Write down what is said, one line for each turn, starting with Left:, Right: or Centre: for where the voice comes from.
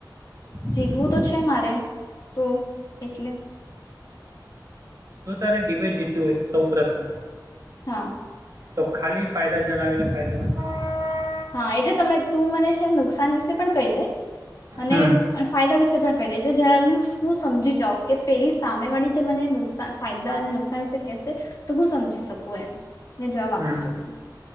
Right: હમ,
Left: જીતવું તો છે મારે તો એટલે
Right: જો તારે ડિબેટ જીતી હોય સૌ પ્રથમ
Left: હા
Right: તો ખાલી ફાયદા જણાવીને ફાયદો નથી
Left: હા એટલે તમે તું મને છે ને નુકસાન વિશે પણ કહી દે. અને
Right: હમ
Left: ફાયદા વિશે રીતે પણ કહી દે એટલે જ હું સમજી જાઉં કે પેલી સામે વાળી જે મને નુકસાન ફાયદા અને નુકસાન વિશે કેહેશે તો હું સમજી શકું એમ. ને જવાબ
Right: હમ્મ
Left: આપી શકું